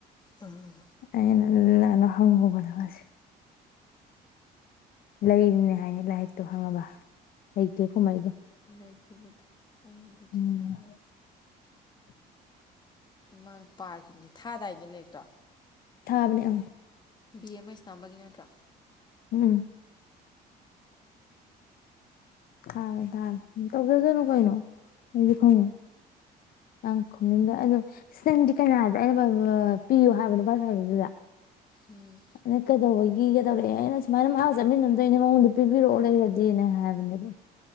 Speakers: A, on the left; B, on the left.
A: ꯎꯝ
B: ꯑꯩꯅ ꯂꯅ ꯍꯪꯉꯨꯕꯗꯁꯦ ꯂꯩꯔꯤꯅꯦ ꯍꯥꯏꯌꯦ ꯂꯥꯏꯔꯤꯛꯇꯣ ꯍꯪꯉꯕ ꯂꯩꯇꯦ ꯀꯨꯝꯍꯩꯗꯣ
A: ꯂꯩꯈꯤꯕꯗ ꯑꯩꯅꯁꯨ
B: ꯎꯝ
A: ꯊꯦꯡꯅꯕ꯭ꯔꯣ ꯃꯥꯅ ꯄꯥꯈꯤꯕꯅꯤ ꯊꯥꯗꯥꯏꯅꯦ ꯂꯦꯛꯇꯣ
B: ꯊꯥꯕꯅꯦ ꯑ
A: ꯕꯤ ꯑꯃ ꯏꯁꯅꯥꯝꯕꯒꯤ ꯅꯠꯇ꯭ꯔꯥ
B: ꯎꯝ ꯊꯥꯔꯦ ꯊꯥꯔꯦ ꯇꯧꯖꯗꯅꯨ ꯀꯩꯅꯣ ꯑꯩꯁꯨ ꯈꯪꯉꯦ ꯌꯥꯝ ꯈꯣꯅꯤꯡꯕ ꯑꯣ ꯅꯪꯗꯤ ꯀꯅꯥꯗ ꯑꯩꯅ ꯄꯤꯌꯣ ꯍꯥꯏꯕꯅꯣ ꯄꯥꯟꯖꯕꯤꯗꯨꯗ <inaudible>
A: ꯎꯝ
B: ꯑꯅ ꯀꯩꯗꯧꯕꯒꯤꯒꯗꯧꯔꯦ ꯑꯩꯅ ꯁꯨꯃꯥꯏꯅ ꯃꯥ ꯆꯠꯃꯤꯟꯅꯝꯗꯣꯏꯅꯦ ꯃꯉꯣꯟꯗ ꯄꯤꯕꯤꯔꯛꯑꯣ ꯂꯩꯔꯗꯤꯅ ꯍꯥꯏꯕꯅꯦꯕ